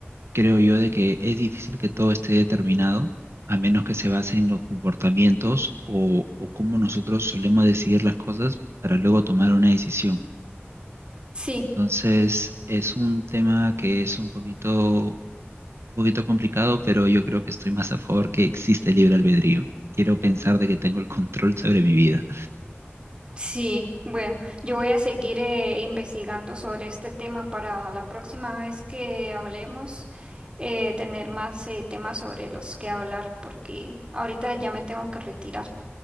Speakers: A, on the right; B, on the right.
A: creo yo de que es difícil que todo esté determinado, a menos que se base en los comportamientos o, o cómo nosotros solemos decidir las cosas para luego tomar una decisión.
B: Sí.
A: Entonces, es un tema que es un poquito, un poquito complicado, pero yo creo que estoy más a favor que existe el libre albedrío. Quiero pensar de que tengo el control sobre mi vida.
B: Sí, bueno, yo voy a seguir eh, investigando sobre este tema para la próxima vez que hablemos, eh, tener más eh, temas sobre los que hablar, porque ahorita ya me tengo que retirar.